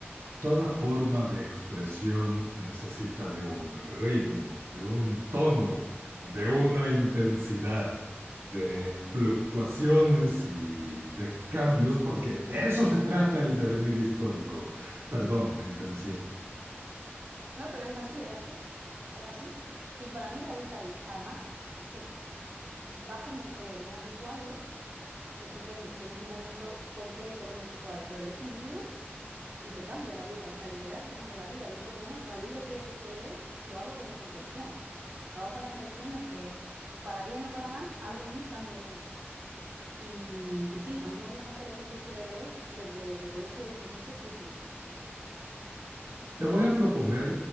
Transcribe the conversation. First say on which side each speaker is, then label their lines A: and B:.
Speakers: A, on the right (about 80°); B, on the right (about 40°).
A: Toda forma de expresión necesita de un ritmo, de un tono, de
B: Claro,
A: una intensidad, de
B: claro.
A: fluctuaciones y de cambios, porque de eso se trata el devenir histórico. Perdón, me intencié.
B: No, pero es así, es así, es así. Y para mí radica ahí. Además, es que vas a un museo, miras un cuadro, estupendo, tienes un momento concreto con ese cuadro, pero lees un libro y te cambia la vida, o sea, literal te cambia la vida. Yo por lo menos cada libro que, que leo lo hago con esa intención. Lo hago con la intención de que, para bien o para mal, algo en mí cambie dentro. Y, y sí, a mí me gusta hacer el ejercicio de leer desde, desde ese, desde ese sitio.
A: Te voy a proponer,